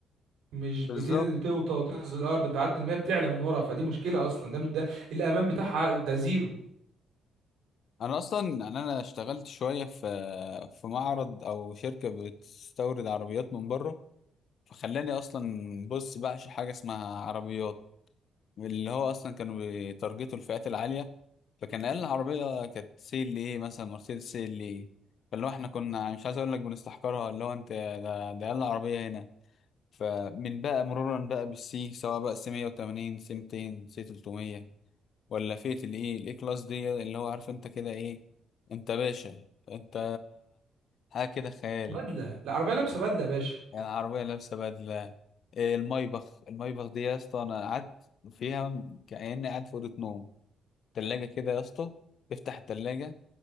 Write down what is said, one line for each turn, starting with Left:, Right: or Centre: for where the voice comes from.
Right: مش
Left: بالظبط
Right: بتنزل توطى وتنزل الارض بتعدي ال 100 بتعلى من ورا فدي مشكله اصلا ده مش ده الامان بتاعها ده زيرو
Left: انا اصلا يعني انا اشتغلت شويه في في معرض او شركه بتستورد عربيات من بره فخلاني اصلا بص بعشق حاجه اسمها عربيات اللي هو اصلا كانوا بيتارجتوا الفئات العاليه فكان اقل عربيه كانت سي ال ايه مثلا مرسيدس سي ال ايه فاللي هو احنا كنا مش عايز اقول لك بنستحقرها اللي هو انت ده, ده اقل عربيه هنا فمن بقى مرورا بقى بالسي سواء بقى سي 180 سي 200 سي 300 ولا فئه الايه الاي كلاس دي اللي هو عارف انت كده ايه انت باشا انت حاجه كده خيال
Right: بدله العربيه لابسه بدله يا باشا
Left: يعني عربيه لابسه بدله إيه المايبخ المايبخ دي يا اسطى انا قعدت فيها كأني قاعد في اوضه نوم تلاجة كده يا اسطى افتح التلاجة